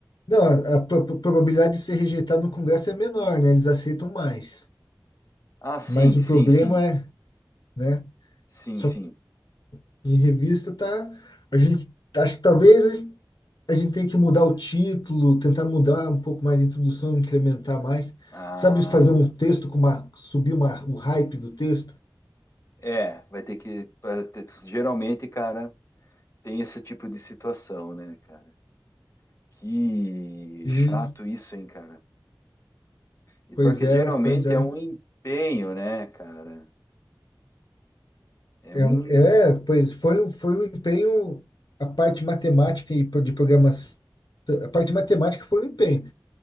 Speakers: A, on the left (about 70°); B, on the left (about 40°).
A: Não, a, a pro- pro- probabilidade de ser rejeitado no Congresso é menor, né? Eles aceitam mais.
B: Ah, sim,
A: Mas
B: sim,
A: o problema
B: sim.
A: é, né?
B: Sim,
A: Só
B: sim.
A: que em revista tá. A gente acho que talvez a gente tenha que mudar o título, tentar mudar um pouco mais a introdução, incrementar mais.
B: Ah,
A: Sabe, fazer um texto com uma, subir uma, o hype do texto?
B: é, vai ter que... pra ter- Geralmente, cara, tem esse tipo de situação, né, cara Que
A: Sim,
B: chato isso, hein, cara? E
A: pois
B: pior que
A: é,
B: geralmente
A: pois é.
B: é um empenho, né, cara? É
A: É,
B: um.
A: um-
B: em-
A: é, pois foi, um- foi um empenho, a parte matemática e pro- de programação, a parte matemática foi um empenho,